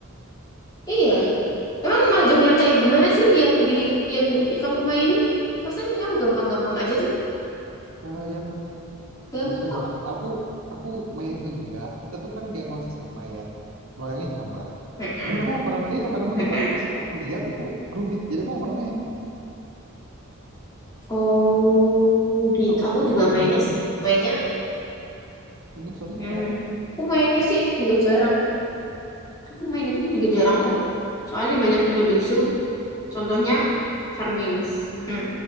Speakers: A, on the left (about 20°); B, on the right (about 75°).
A: iya. Emang mahjong yang kayak gimana sih yang di yang di- kamu mainin? Pesan punya aku gampang-gampang aja tuh.
B: Kalau yang
A: Gampang
B: nggak tahu
A: kok.
B: ya, aku aku aku main itu juga. Kita tuh kan game house-nya sama ya. Mahjongnya sama.
A: Mm-mm,
B: Cuman aku nggak pernah main itu karena menurut
A: mm-mm.
B: aku pas aku lihat itu rumit. Jadi aku nggak pernah main
A: Oh,
B: karena susah.
A: gitu.
B: Aku
A: Aku juga
B: lebih
A: mainnya
B: mending
A: mainnya
B: mending soliter.
A: hmm, aku mainnya sih itu juga jarang. Aku main itu juga jarang kok. Soalnya banyak yang lebih seru. Contohnya Farmins. Hmm,